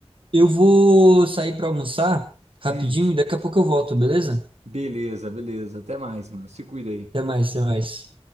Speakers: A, on the right; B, on the right.
A: eu vou sair pra almoçar rapidinho
B: Hum,
A: e daqui a pouco eu volto, beleza?
B: beleza, beleza. Até mais, mano. Se cuida aí.
A: Até mais, até mais.